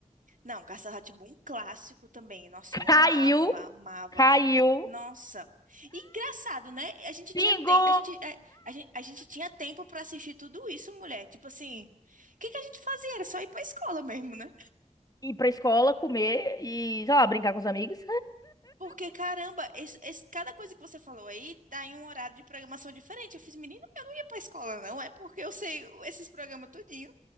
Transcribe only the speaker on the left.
Caiu.
Caiu.
Pingu!
ir pra escola, comer e, sei lá, brincar com os amigos.